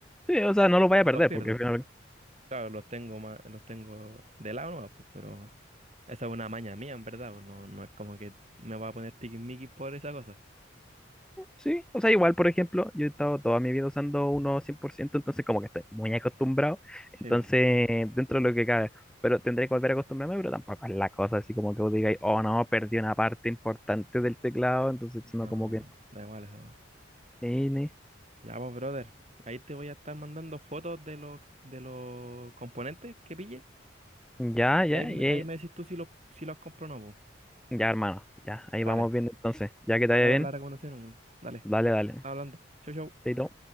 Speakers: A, in the centre; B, on the right.
A: Sí, o sea, no lo vaya
B: No
A: a perder
B: los pierdo.
A: porque al final...
B: Claro, los tengo más, los tengo de lado nomás, pues, pero esa es una maña mía, en verdad. pues, No, no es como que me voy a poner tiquismiquis por esa cosa.
A: Sí, o sea, igual, por ejemplo, yo he estado toda mi vida usando uno 100% entonces como que estoy muy acostumbrado, entonces
B: Sí, pues.
A: dentro de lo que cabe, pero tendré que volver a acostumbrarme, pero tampoco es la cosa así como que vos digáis, oh no, perdí una parte importante del teclado, entonces
B: No,
A: no como que... no.
B: da igual esa weá.
A: Ni, ni.
B: Ya, pues, brother. Ahí te voy a estar mandando fotos de los de los componentes que pille
A: Ya,
B: Y
A: ya,
B: ahí, me-
A: ya,
B: ahí me decís tú si lo, si los compro o no, po.
A: ya, hermano, ya, ahí
B: Dale.
A: vamos viendo entonces, ya que te
B: Vale,
A: vaya
B: vale
A: bien,
B: la recomendación. weón. Dale.
A: dale, dale, ¿no?
B: Hablando. Chau, chau.
A: Chaito.